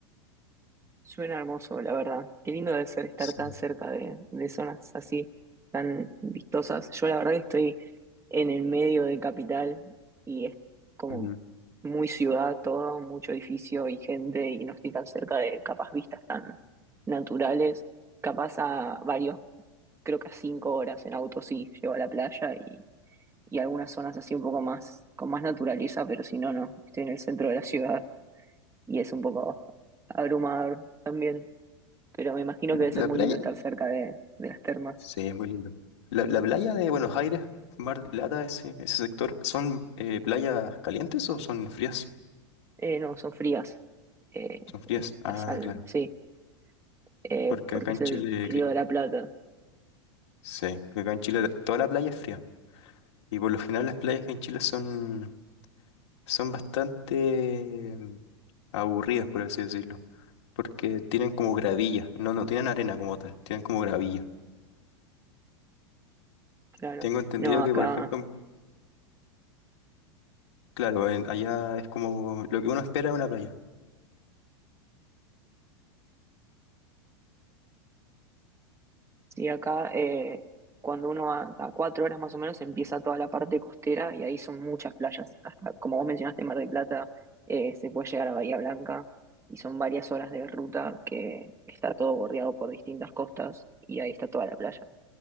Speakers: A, on the right; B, on the left.
A: Suena hermoso, la verdad. Qué lindo debe ser estar
B: Sí.
A: tan cerca de, de zonas así, tan vistosas. Yo la verdad que estoy en el medio de capital y es como
B: Mm.
A: muy ciudad todo, mucho edificio y gente y no estoy tan cerca de capaz vistas tan naturales. Capaz a varios, creo que a cinco horas en auto sí, llego a la playa y, y algunas zonas así un poco más, con más naturaleza, pero si no, no. Estoy en el centro de la ciudad y es un poco abrumador también pero me imagino que debe
B: La
A: ser muy
B: playa,
A: lindo estar cerca de, de las termas.
B: sí, es muy lindo. La, la playa de Buenos Aires, Mar del Plata, ese, ese sector, ¿son eh, playas calientes o son frías?
A: Eh, no, son frías. Eh,
B: Son frías.
A: es-
B: Ah,
A: es al-
B: claro.
A: sí, eh,
B: Porque
A: porque
B: acá en
A: es
B: Chile,
A: el Río
B: cl-
A: de la Plata,
B: sí, porque acá en Chile toda la playa es fría. Y por lo general las playas en Chile son, son bastante mm, aburridas, por así decirlo, porque tienen como gravilla, no, no tienen arena como tal, tienen como gravilla.
A: claro.
B: Tengo entendido
A: No,
B: que,
A: acá,
B: por ejemplo, claro, en- allá es como lo que uno espera de una playa.
A: sí, acá, eh, cuando uno va a cuatro horas más o menos empieza toda la parte costera y ahí son muchas playas. Hasta, como vos mencionaste, Mar del Plata, eh, se puede llegar a Bahía Blanca y son varias horas de ruta que está todo bordeado por distintas costas y ahí está toda la playa.